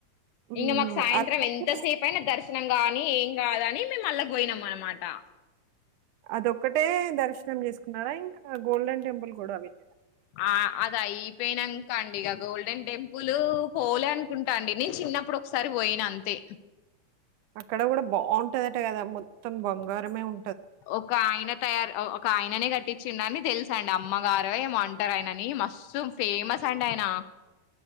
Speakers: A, on the right; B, on the left.
A: హ్మ్.
B: ఇంక మాకు సాయంత్రం
A: అరుణాచలం
B: ఎంతసేపు అయినా దర్శనం కానీ ఏం కాదని మేము అళ్లకు పోయినాము. మాటా
A: అదొక్కటే దర్శనం చేసుకున్నారా ఇంకా గోల్డెన్ టెంపుల్ కూడా వెళ
B: ఆ అది అయిపోయినంక అండి ఇక గోల్డెన్ టెంపుల్ పోలే అనుకుంటా అండి నేను చిన్నప్పుడు ఒకసారి పోయిన అంతే
A: అక్కడ కూడా బాంటదట కదా మొత్తం బంగారమే ఉ
B: ఒక ఆయన తయారు ఒక ఆయన న్ననే కట్టించిడని తెలుస అండి అమ్మగారు ఏమొ అంటారు ఆయనని మస్తు ఫేమస్ అండి ఆయన